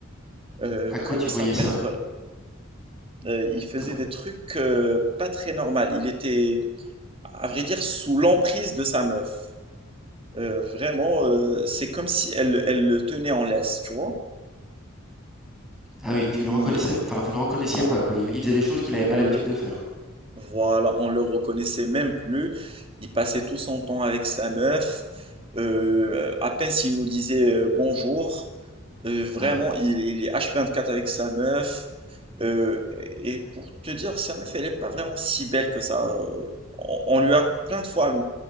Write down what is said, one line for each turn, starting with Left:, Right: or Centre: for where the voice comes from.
Right: Euh,
Centre: À quoi
Right: commençait
Centre: tu voyais
Right: à perdre.
Centre: ça?
Right: euh, il faisait
Centre: Comment
Right: des trucs euh, pas très normaux. Il était, à vrai dire, sous l'emprise de sa meuf. Euh, vraiment, euh, c'est comme si elle, elle le tenait en laisse, tu vois.
Centre: ah oui, tu
Right: Il-
Centre: le reconnaissais enfin, vous le reconnaissiez pas, quoi. Il il faisait des choses qu'il n'avait
Right: on,
Centre: pas l'habitude de faire.
Right: Voilà, on le reconnaissait même plus. Il passait tout son temps avec sa meuf. Euh, à peine s'il nous disait euh, bonjour, euh, vraiment,
Centre: Ouais,
Right: il, il est h vingt-quatre avec sa meuf. Euh, et pour te dire, sa meuf, elle n'est pas vraiment si belle que ça. Euh, On, on lui a plein de fois